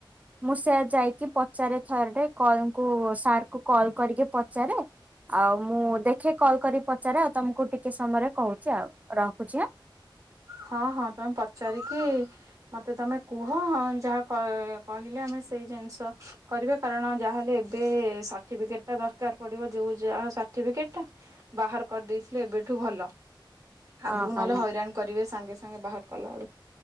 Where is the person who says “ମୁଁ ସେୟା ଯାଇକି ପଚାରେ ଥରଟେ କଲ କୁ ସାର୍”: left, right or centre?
Right